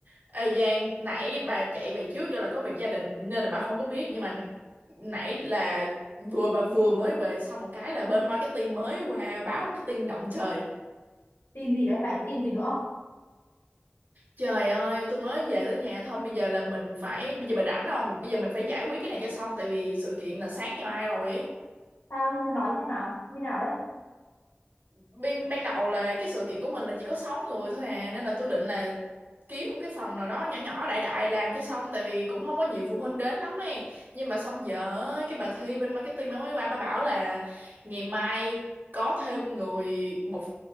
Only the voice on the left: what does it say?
tin gì đấy lại cái tin gì nữa
sao Linh nói xem nào như nào đấy